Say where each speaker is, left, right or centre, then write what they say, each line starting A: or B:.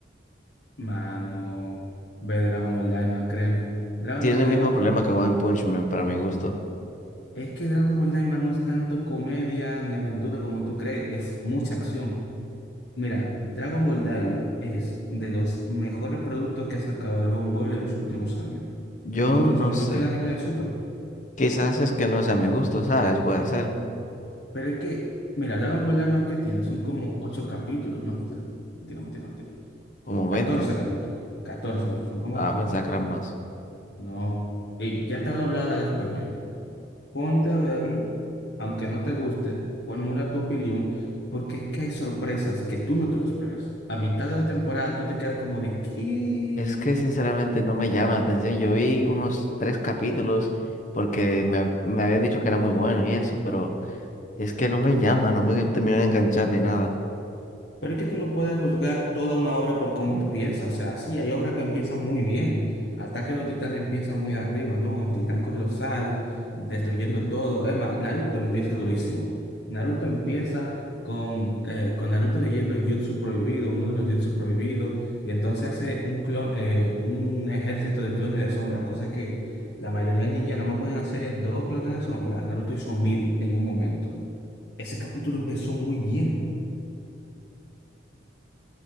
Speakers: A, on the left (about 60°); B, on the left (about 40°).
A: Mano, ve Dragon Ball Daima, créeme. Dragon
B: Tiene
A: Ball Daima,
B: el mismo problema que One Punch Man para mi gusto.
A: es que Dragon Ball Daima no es tanto comedia ni aventura como tú crees, es mucha acción. Mira, Dragon Ball Daima es de los mejores productos que ha sacado Dragon Ball en los últimos años,
B: Yo
A: incluso
B: no
A: mejor
B: sé.
A: que el anime de Super.
B: Quizás es que no sea mi gusto, ¿sabes? Puede ser.
A: Pero es que, mira, Dragon Ball Daima que tiene son como 8 capítulos. No, mentira, mentira, mentira, mentira.
B: Como
A: 14
B: 20.
A: capítulos. catorce no, son como
B: Ah,
A: catorce
B: pensaba que eran más.
A: No. Ey, ya está doblada al español. Ponte a verlo, aunque no te guste, formula tu opinión, porque es que hay sorpresas que tú no te lo esperas. A mitad de la temporada tú te quedas como de, ¿qué?
B: Es que sinceramente no me llama la atención. Yo vi unos tres capítulos porque me, hab- me habían dicho que era muy bueno y eso, pero es que no me llama, no me terminó de enganchar ni nada.
A: Pero es que tú no puedes juzgar toda una obra por cómo empieza. O sea, sí, hay obras que empiezan muy bien. Ataque de los Titanes empieza muy arriba, ¿no? El Titán Colosal, destruyendo todo. Es más, Naruto empieza durísimo. Naruto empieza con, eh, con Naruto leyendo el Jutsu prohibido, uno de los Jutsu prohibidos, y entonces hace un clon, eh, un ejército de clones de sombra, cosa que la mayoría de ninjas nada más pueden hacer dos clones de sombra. Naruto hizo mil en un momento. Ese capítulo empezó muy bien.